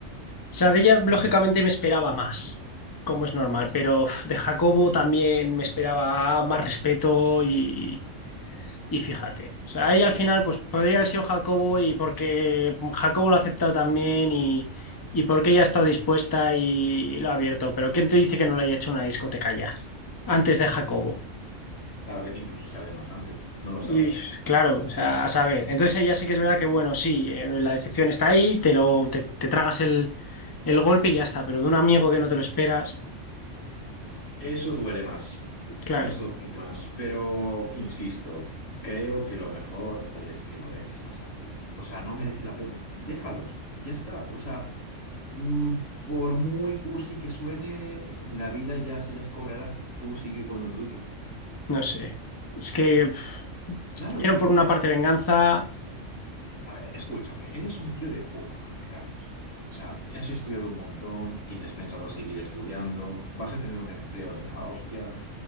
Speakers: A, on the left; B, on the left.
A: sea, de ella lógicamente me esperaba más, como es normal, pero uf, de Jacobo también me esperaba más respeto y, y fíjate. O sea, ella
B: Mira,
A: al final pues podría haber sido Jacobo y porque Jacobo lo ha aceptado también y, y porque ella ha estado dispuesta y lo ha abierto, pero ¿quién te dice que no le haya hecho una discoteca ya? Antes de Jacobo.
B: tal vez incluso sea de más antes, no lo sabrás.
A: Y claro, o sea, a saber. Entonces ella sí que es verdad que, bueno, sí, eh, la decepción está ahí, te lo, te, te tragas el, el golpe y ya está, pero de un amigo que no te lo esperas,
B: Eso duele más,
A: claro.
B: eso duele más, pero insisto, creo que lo mejor es que lo dejes pasar, tío. O sea, no merece la pena. Déjalos, ya está. O sea, mm, por muy cursi que suene, la vida ya se las cobrará. Tú sigue con lo tuyo.
A: No sé. Es que pf,
B: Claro,
A: quiero
B: tío,
A: por una
B: tú.
A: parte venganza.
B: A ver, escúchame, eres un tío de puta madre, Carlos. O sea, has estudiado un montón, tienes pensado seguir estudiando, vas a tener un empleo de la hostia.